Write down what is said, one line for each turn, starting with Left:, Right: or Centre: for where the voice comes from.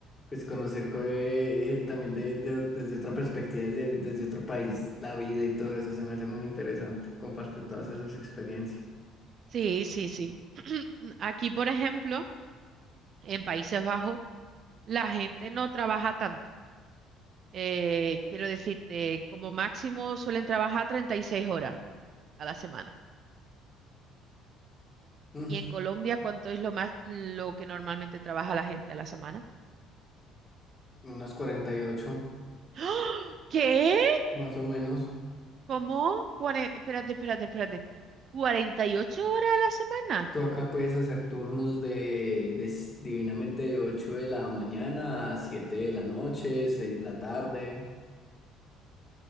Left: pues conocer co- eh, eh, también de- de- desde otra perspectiva, desde, desde otro país, la vida y todo eso. Se me hace muy interesante compartir todas
Right: Sí,
Left: esas experiencias.
Right: sí, sí. sí. <clears throat> Aquí, por ejemplo, en Países Bajos, la gente no trabaja tanto. Eh, quiero decirte, como máximo suelen trabajar 36 horas a la semana.
Left: Mm,
Right: ¿Y en Colombia cuánto es lo más lo que normalmente trabaja la gente a la semana?
Left: unas 48
Right: ¡Ah! ¿Qué?
Left: más o menos.
Right: ¿Cómo? Cuare- espérate, espérate, espérate. ¿cuarenta y ocho horas a la semana?
Left: Tú acá puedes hacer turnos de, de s- divinamente de 8 de la mañana a 7 de la noche, 6 de la tarde,